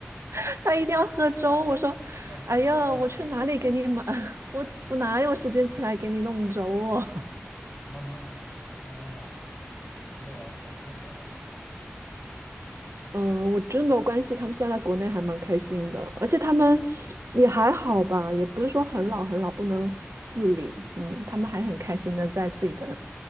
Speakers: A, on the right; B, on the left.
A: <laughs>
B: 对，
A: 他一定要喝粥。我说，
B: 但很麻烦呀，
A: 哎呀，我去哪里给你买？
B: 做起来。
A: <laughs> 我我哪有时间起来给你弄粥哦
B: 哎，慢慢来吧，慢慢来吧，嗯，未来可能会找到一条解决方法的。
A: 嗯，我觉得没有关系，他们现在在国内还蛮开心的，而且他们也还好吧，也不是说很老很老不能自理，嗯，他们还很开心的在自己的